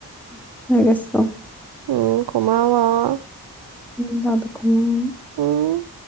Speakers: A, in the centre; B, on the right.
A: 알겠어.
B: 응, 고마워.
A: 응, 나도 고마워.
B: 응.